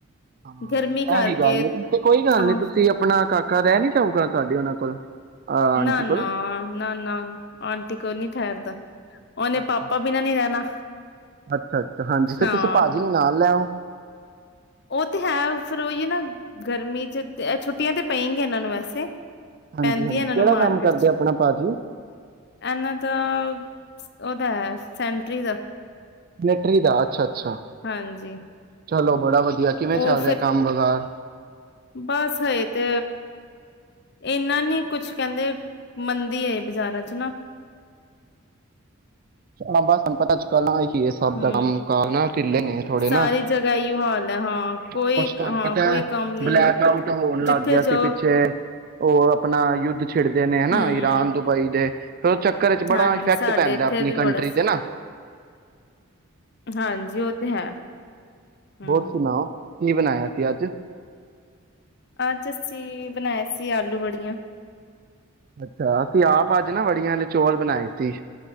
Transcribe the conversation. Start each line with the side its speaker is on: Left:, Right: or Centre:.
Right: ਹਾਂ
Left: ਗਰਮੀ ਕਰਕੇ
Right: ਇਹ ਵੀ ਗੱਲ ਤੇ ਕੋਈ ਗੱਲ
Left: ਹਾਂ
Right: ਨੀ ਤੁਸੀਂ ਆਪਣਾ <unintelligible> ਕਾਕਾ ਰਹਿ ਨੀ ਜਾਊਗਾ ਤੁਹਾਡੇ ਉਹਨਾਂ ਕੋਲ ਆਂਟੀ
Left: ਨਾ ਨਾ
Right: ਕੋਲ
Left: ਨਾ ਨਾ ਆਂਟੀ ਕੋ ਨੀ ਠਹਿਰਦਾ ਉਹਨੇ
Right: ਅੱਛਾ
Left: ਪਾਪਾ ਬਿਨਾਂ ਨੀ ਰਹਿਣਾ
Right: ਅੱਛਾ ਅੱਛਾ ਹਾਂਜੀ ਫਿਰ
Left: ਹਾਂ
Right: ਤੁਸੀਂ ਭਾਜੀ ਨੂੰ ਨਾਲ ਲੈਓ
Left: ਉਹ ਤੇ ਹੈ ਫਿਰ ਉਹੀ ਨਾ ਗਰਮੀ ਚ ਛੁੱਟੀਆਂ ਤੇ ਪੈਣ ਗਿਆ ਇਹਨਾਂ ਨੂੰ ਵੈਸੇ
Right: ਹਾਂਜੀ-ਹਾਂਜੀ
Left: ਪੈਂਦੀਆਂ ਇਹਨਾਂ
Right: ਕਿਹੜਾ
Left: ਨੂੰ ਮਾਰਕੀਟ
Right: ਕੰਮ ਕਰਦੇ
Left: ਚ
Right: ਆਪਣਾ
Left: ਇਹਨਾਂ
Right: ਭਾਜੀ
Left: ਦਾ ਓਨਾ ਦਾ ਸੈਂਟਰੀ ਦਾ
Right: ਸੈਂਟਰੀ ਦਾ ਅੱਛਾ ਅੱਛਾ
Left: ਹਾਂਜੀ
Right: ਚਲੋ ਬੜਾ ਵਧੀਆ
Left: ਉਹ
Right: ਕਿਵੇਂ ਚੱਲ ਰਿਹਾ
Left: ਫਿਰ
Right: ਕੰਮ ਵਗਾਰ
Left: ਬਸ ਹਜੇ ਤੇ ਇਨਾ ਨੀ ਕੁਛ ਕਹਿੰਦੇ ਮੰਦੀ ਏ ਬਜ਼ਾਰਾਂ ਚ ਨਾ
Right: ਾਂ ਬਸਾਨੂੰ ਪਤਾ ਅੱ ਕੱਲ <unintelligible> ਇਹ ਸਬ
Left: ਹੂੰ
Right: ਕੰਮ ਕਾਰ ਨਾ ਢਿੱਲੇ ਨੇਥੋੜੇ
Left: ਸਾਰੀ
Right: ਨਾ
Left: ਜਗ੍ਹਾ ਇਹੀਓ ਹਾਲ ਹੈ ਹਾਂ ਕੋਈ
Right: ਕੁਛ ਤੁਹਾਨੂੰ
Left: ਹਾਂ
Right: ਪਤਾ
Left: ਕੋਈ ਕੰਮ ਨੀ
Right: ਬਲੈਕ ਆਊਟ ਹੋਣ ਲੱਗ
Left: ਜਿੱਥੇ
Right: ਗਿਆ
Left: ਜਾਓ
Right: ਸੀ ਪਿੱਛੇ ਉਹ ਆਪਣਾ ਯੁਧ ਛਿੜਦੇ ਨੇ ਹਨਾ
Left: ਹੂੰ
Right: ਈਰਾਨ ਦੁਬਈ ਦੇ ਫਿਰ ਉਹ ਚੱਕਰ ਚ
Left: ਹਾਂਜੀ
Right: ਬੜਾ ਇਫੈਕਟ
Left: ਸਾਡੇ
Right: ਪੈਂਦਾ
Left: ਇੱਥੇ
Right: ਕੰਟਰੀ
Left: ਬੜਾ
Right: ਤੇ ਨਾ
Left: ਹਾਂਜੀ ਉਹ ਤੇ ਹੈ ਹਮ
Right: ਹੋਰ ਸੁਣਾਓ ਕੀ ਬਣਾਇਆ ਸੀ ਅੱਜ
Left: ਅੱਜ ਅਸੀਂ ਬਣਾਏ ਸੀ ਆਲੂ ਵੜੀਆਂ
Right: ਅੱਛਾ ਅਸੀਂ ਆਪ ਅੱਜ ਨਾ ਤੀਆਂ ਨੇ ਚੌਲ ਬਣਾਏ ਸੀ